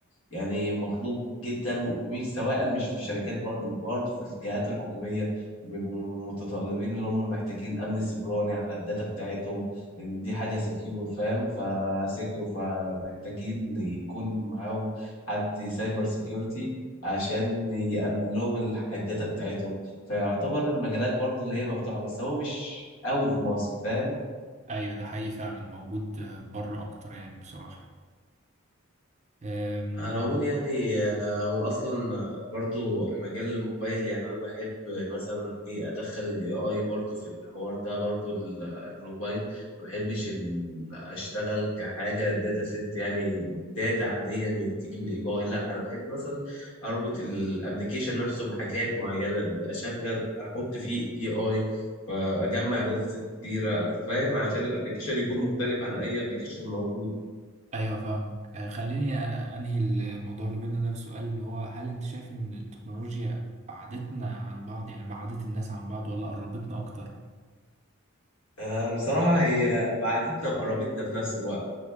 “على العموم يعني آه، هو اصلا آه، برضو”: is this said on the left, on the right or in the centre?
Left